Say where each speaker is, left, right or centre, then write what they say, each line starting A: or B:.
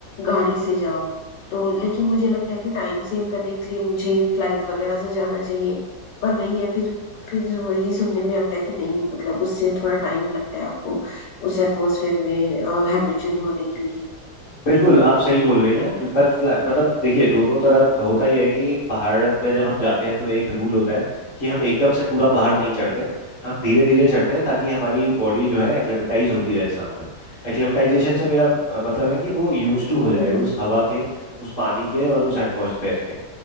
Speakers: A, on the left; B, on the left.
A: गाड़ी से जाओ तो लेकिन मुझे लगता है कि टाइम सेव करने के लिए मुझे फ्लाइट वगैरह से जाना चाहिए पर वही है फिर फिर वही सुनने में आता है कि नहीं मतलब उससे थोड़ा टाइम लगता है आपको उस एटमॉस्फेयर में हैबिचुअल होने के लिए
B: बिल्कुल आप सही बोल रही हैं पर फ्ला- मतलब देखिए दोनों तरफ होता यह है कि एक पहाड़ में जब हम जाते हैं तो एक रूल होता है कि हम एकदम से पूरा पहाड़ नहीं चढ़ते हम धीरे धीरे चढ़ते हैं ताकि हमारी बॉडी जो है एक्लेमेटाइज होती रहे साथ में एक्लेमेटाइजेशन से मेरा अ, मतलब है कि वो यूज टू हो जाए
A: हम्म,
B: उस हवा के उस पानी के और उस एटमॉस्फेयर के